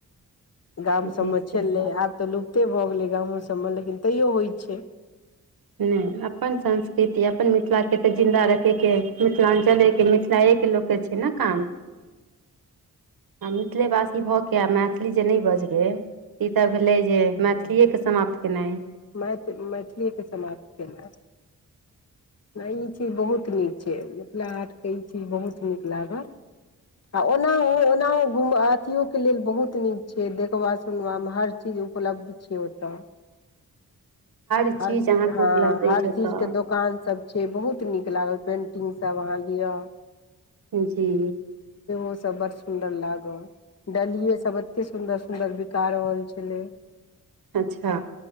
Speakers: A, on the left; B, on the right.
A: गाम
B: जी
A: सबमे
B: सही
A: छललै
B: बात छै
A: आब तऽ लुप्ते भऽ गेलै गामो सबमे लेकिन तैओ होइ छै
B: नहि अपन संस्कृति अपन मिथिलाके तऽ जिन्दा रखयके मिथिलाञ्चलेके मिथिला लोक के छै ने काम
A: <inaudible>
B: आ मिथिलेवासी भऽ कऽ आ मैथिली जे नहि बजबै ई तऽ भेलै जे मैथिलीएके समाप्त केनाई
A: मैथिल मैथिलीएके समाप्त कनाई नहि ई चीज बहुत नीक छै मिथिला हाट कहैय छै बहुत नीक लागल आ ओनाहु ओनाहु अथियोके लेल बहुत नीक छै देखबा सुनबामे हर चीज उपलब्ध छै ओतऽ
B: चीज
A: हर ची
B: अहाँके
A: हाँ
B: उपलब्ध अछि
A: हर
B: ओतऽ
A: चीज के दोकान सब छै बहुत नीक लागल पेन्टिंगसब अहाँ लिअउ
B: जी
A: ओ सब बड़ सुन्दर लाग डलहि सब एते सुन्दर सुन्दर बिका रहल छलै
B: अच्छा